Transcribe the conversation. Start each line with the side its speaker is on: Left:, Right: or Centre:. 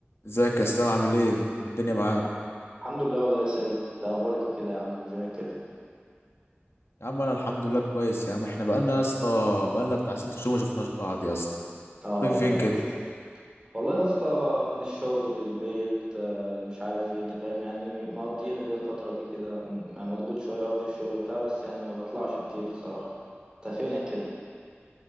Left: ازيك يا اسلام عامل ايه الدنيا معاك
Right: الحمد لله والله يا ساجد انت اخبارك إيه كده يا عم وفينك كده
Left: يا عم انا الحمد لله كويس يا عم احنا بقالنا يا اسطى بقالنا بتاع ست شهور ما شفناش بعض يا اسطى
Right: اه
Left: مختفي
Right: والله
Left: فين كده
Right: يا اسطى والله يا اسطى من الشغل للبيت آه، مش عارف ايه انت فاهم يعني مقضيها كده الفترة دي كده م- يعني مضغوط شوية اه في الشغل بتاع بس يعني ما بطلعش كتير الصراحة انت فينك كده